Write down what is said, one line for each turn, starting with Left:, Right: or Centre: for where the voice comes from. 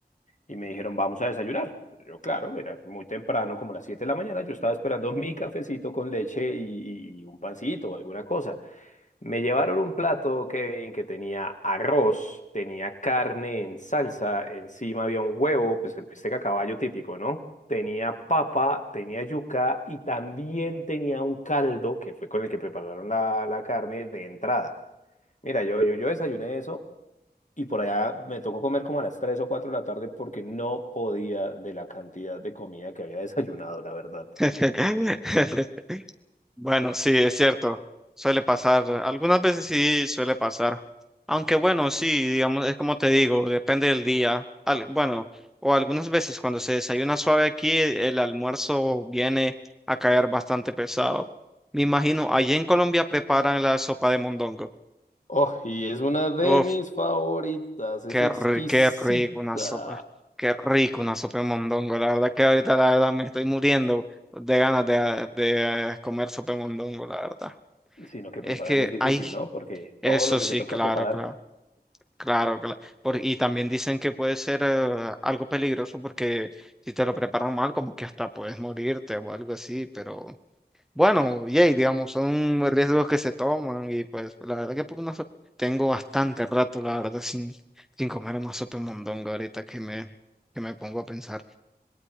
Left: y me dijeron, vamos a desayunar. Yo, claro, era muy temprano, como las 7 de la mañana, yo estaba esperando mi cafecito con leche y, y- y un pancito o alguna cosa. Me llevaron un plato, Kevin, que tenía arroz, tenía carne en salsa, encima había un huevo, pues el bistec a caballo típico, ¿no? Tenía papa, tenía yuca y también tenía un caldo, que fue con el que prepararon la, la carne de entrada. Mira, yo, yo, yo desayuné eso y por allá me tocó comer como a las 3 o 4 de la tarde porque no podía de la cantidad de comida que había desayunado, la verdad.
Centre: <laughs> Bueno, sí, es cierto. Suele pasar. Algunas veces sí suele pasar. Aunque bueno, sí, digamos, es como te digo, depende del día. Al- bueno, o algunas veces cuando se desayuna suave aquí, e, el almuerzo viene a caer bastante pesado. Me imagino, allí en Colombia preparan la sopa de mondongo.
Left: Oh, y es una de
Centre: Uf,
Left: mis favoritas, es
Centre: qué,
Left: exquisita.
Centre: ri- qué rico una sopa. Qué rico una sopa de mondongo. La verdad que ahorita la verdad me estoy muriendo de ganas de, de eh, comer sopa de mondongo, la verdad.
Left: Sino que
Centre: Es
Left: prepararla
Centre: que
Left: es difícil,
Centre: hay
Left: ¿no? Porque
Centre: Eso
Left: todo lo que
Centre: sí,
Left: te toca
Centre: claro,
Left: preparar
Centre: claro, claro, claro. Por- y también dicen que puede ser eh, algo peligroso porque si te lo preparan mal, como que hasta puedes morirte o algo así, pero bueno, yay, digamos, son riesgos que se toman y pues la verdad que por una so- tengo bastante rato, la verdad, sin, sin comer una sopa de mondongo ahorita que me, que me pongo a pensar.